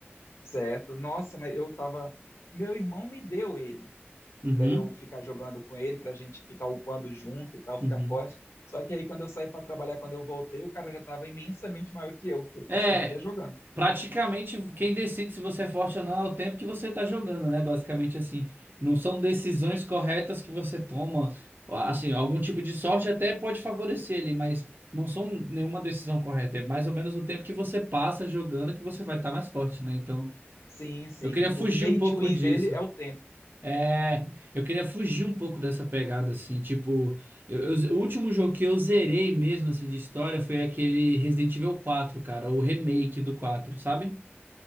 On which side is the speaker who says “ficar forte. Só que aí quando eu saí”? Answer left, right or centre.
Left